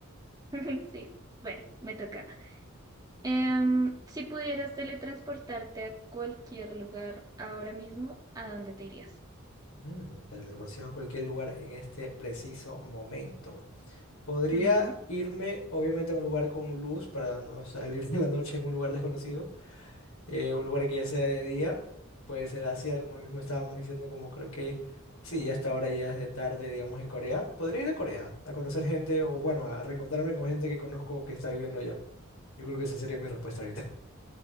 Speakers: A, on the right (about 20°); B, on the left (about 85°).
A: <laughs> Sí, bueno, me toca. Em, si pudieras teletransportarte a cualquier lugar ahora mismo, ¿a dónde te irías?
B: Mm, teletransportación a cualquier lugar en este preciso momento. Podría
A: Ujú.
B: irme, obviamente, a un lugar con luz para no salir <laughs> en la noche en un lugar desconocido, eh, un lugar que ya sea de día. Puede ser Asia, como mismo estábamos diciendo, como creo que sí, ya hasta ahora ya es de tarde, digamos, en Corea. Podría ir a Corea a conocer gente o, bueno, a reencontrarme con gente que conozco que está viviendo allá. Yo creo que esa sería mi respuesta ahorita.